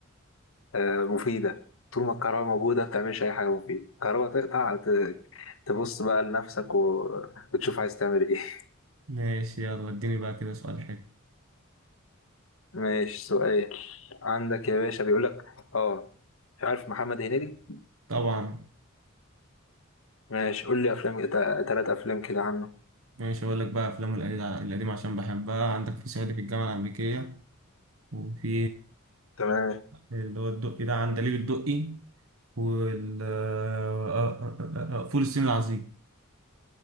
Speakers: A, on the left; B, on the right.
A: آه، مفيدة طول ما الكهرباء موجودة بتعملش أي حاجة مفيدة الكهرباء تقطع ت- تبص بقى لنفسك و- وتشوف عايز تعمل إيه <laughs>
B: ماشي يلا اديني بقى كده سؤال حلو
A: ماشي سؤال عندك يا باشا بيقول لك آه مش عارف محمد هنيدي
B: طبعا
A: ماشي قول لي أفلام تا- تلات أفلام كده عنه
B: ماشي هقول لك بقى افلام القديم القديمة عشان بحبها عندك في صعيدي في الجامعة الأمريكية وفي
A: تمام
B: اللي هو الدقي ده عندليب الدقي وال آه، آه، آه، آه، آه، فول الصين العظيم